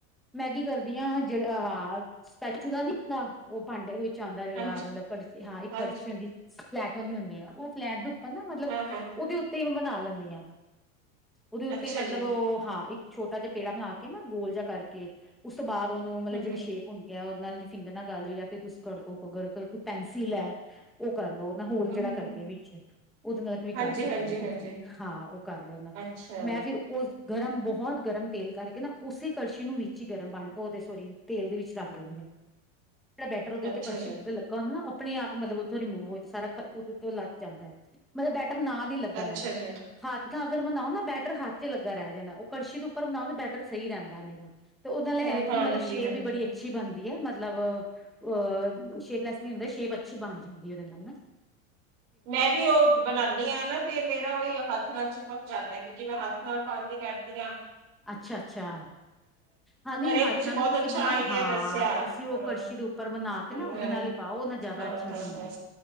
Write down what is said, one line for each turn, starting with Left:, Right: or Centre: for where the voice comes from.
Centre: ਮੈਗੀ ਕਰਦੀ ਹਾਂ ਜਿਹੜਾ ਆ ਹ ਸਪੈਚੂਲਾ ਨਹੀਂ ਹੁੰਦਾ ਉਹ ਭਾਂਡੇ ਦੇ ਵਿੱਚ ਆਉਂਦਾ ਜਿਹੜਾ
Right: ਹਾਂਜੀ
Centre: ਮਤਲਬ ਕ ਹਾਂ ਇੱਕ
Right: ਹਾਂਜੀ
Centre: ਕੜਛੀ ਹੁੰਦੀ ਫਲੈਟ ਵਾਲੀ ਹੁੰਦੀ ਆ ਉਹ ਫਲੈਟ ਦੇ ਉੱਪਰ ਨਾ ਮਤਲਬ
Right: ਹਾਂ ਹਾਂ
Centre: ਉਹਦੇ ਉੱ ਤੇ ਬਣਾ ਲੈਂਦੀ ਹਾਂ ਉਹਦੇ ਉੱਤੇ
Right: ਅੱਛਾ
Centre: ਮਤਲਬ
Right: ਜੀ
Centre: ਉਹ ਹਾਂ ਇੱਕ ਛੋਟਾ ਜਿਹਾ ਪੇੜਾ ਬਣਾ ਕੇ ਨਾ ਗੋਲ ਜ ਕਰਕੇ ਉਸ ਤੋਂ ਬਾਦ ਉਹਨੂੰ ਮਤਲਬ
Right: ਹੂੰ
Centre: ਜਿਹੜੀ
Right: ਹੂੰ
Centre: ਸ਼ੇਪ ਭੁੰਣ ਗਿਆ ਉਹਦੇ ਨਾਲ ਜੇ ਫਿੰਗਰ ਨਾਲ ਗੱਲ ਹੋਈ ਜਾਂ ਫਿਰ ਤੁਸੀਂ ਗੜਕੋਰ ਕੋਈ ਪੈਨਸਿਲ ਹੈ ਉਹ ਕਰ ਲਓ ਨਾ ਹੋਲ
Right: ਹੂੰ
Centre: ਜਿਹੜਾ
Right: ਹੂੰ
Centre: ਕਰਦੇ
Right: ਹੂੰ
Centre: ਵਿੱਚ, ਉਹਦੇ ਨਾਲ ਵੀ ਕਰ
Right: ਹਾਂਜੀ
Centre: ਸਕਦੇ
Right: ਹਾਂਜੀ
Centre: ਹੋ
Right: ਹਾਂਜੀ
Centre: ਤੁਸੀਂ ਹਾਂ ਉਹ ਕਰ ਲਿਓ ਨਾਲ
Right: ਅੱਛਾ
Centre: ਮੈਂ ਫਿਰ ਉਹ ਗਰਮ ਬਹੁਤ ਗਰਮ ਤੇਲ ਕਰਕੇ ਨਾ ਉਸੇ ਕੜਛੀ ਨੂੰ ਵਿੱਚ ਹੀ ਗਰਮ ਪਾਣੀ ਉਹਦੇ ਸੋਰੀ ਤੇਲ ਦੇ ਵਿੱਚ ਰੱਖ ਦਿੰਦੀ ਹਾਂ ਜਿਹੜਾ ਬੈਟਰ ਉਹਦੇ ਉੱਤੇ
Right: ਅੱਛਾ
Centre: ਕੜਛੀ
Right: ਜੀ
Centre: ਤੇ ਲੱਗਾ ਹੁੰਦਾ ਨਾ ਆਪਣੇ ਆਪ ਮਤਲਬ ਰਿੂਵ ਹੋ ਸਾਰਾ ਉਹਦੇ ਤੋਂ ਲੱਗ ਜਾਂਦਾ ਮਤਲਬ ਬੈਟਰ ਨਾਂ ਦੀ ਲੱਗਾ
Right: ਅੱਛਾ
Centre: ਰਹਿੰਦਾ
Right: ਜੀ
Centre: ਹੱਥ ਅਗਰ ਬਨਾਓ ਨਾ ਬੈਟਰ ਹੱਥ ਚੰਗ ਲੱਗਾ ਰਹਿ ਜਾਂਦਾ ਉਹ ਕੜਸ਼ੀ ਦੇ ਉੱਪਰ ਹੁੰਦਾ ਉਹਦੇ ਬੈਟਰ ਸਹੀ ਰਹਿੰਦਾ ਮੇਰਾ ਤੇ ਉਹਦੇ ਨਾਲ
Right: ਹਾਂ ਹਾਂਜੀ
Centre: ਕਿ ਮਤਲਬ ਸ਼ੇਪ
Right: ਹਾਂਜੀ
Centre: ਵੀ ਬੜੀ ਅੱਛੀ ਅੱਛੀ ਬਣਦੀ ਹੈ ਮਤਲਬ ਅਹ ਸ਼ੇਪਲੈਸ ਨਹੀਂ ਹੁੰਦਾ ਸ਼ੇਪ ਅੱਛੀ ਬਣ ਜਾਂਦੀ ਉਹਦੇ ਨਾਲ ਹਨਾ।
Right: ਮੈਂ ਵੀ ਉਹ ਬਣਾਉਣੀ, ਨਹੀਂ ਹੈ ਨਾ ਤੇ ਮੇਰਾ ਉਹੀ ਹੱਥ ਨਾਲ ਚ ਪ ਜਾਂਦਾ ਕਿਉਂਕਿ ਮੈਂ ਹੱਥ ਨਾਲ ਪਾਉਣਦੀ ਕਰਦੀ ਹਾਂ।
Centre: ਅੱਛਾ ਅੱਛਾ ਹਾਂ ਨ
Right: ਪਰ ਇਹ
Centre: ਹੱਥ ਨਾਲ
Right: ਬਹੁਤ
Centre: ਨਾ ਤੁਸੀਂ
Right: ਅੱਛਾ
Centre: ਬਣਾਓ
Right: ਆਈਡੀਆ
Centre: ਹਾਂ
Right: ਦੱਸਿਆ
Centre: ਤੁਸੀਂ ਉਹ
Right: ਹਾਂ।
Centre: ਕੜਸ਼ੀ ਰੂਪ ਉਪਰ ਬਣਾ
Right: ਹਮ
Centre: ਕੇ ਨਾ ਉਹਦੇ
Right: ਹਾਂ
Centre: ਨਾਲ ਹੀ ਪਾਓ ਉਹਦੇ ਨਾ ਜ਼ਿਆਦਾ
Right: ਹਾਂ
Centre: ਅੱਛਾ
Right: ਹਾਂ
Centre: ਬਣਦਾ